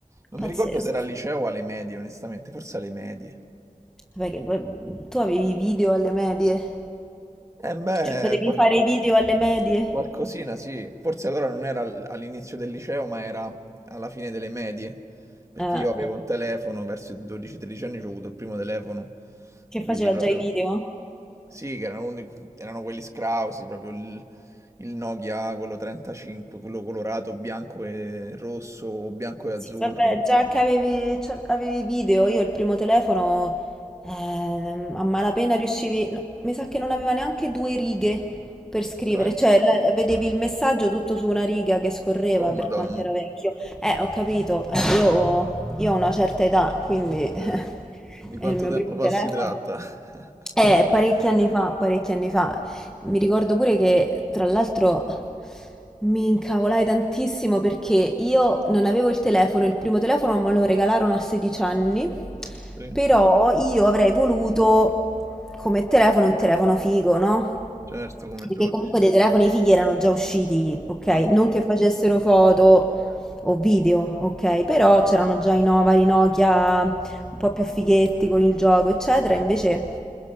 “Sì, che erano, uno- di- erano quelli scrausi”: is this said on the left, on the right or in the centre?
Right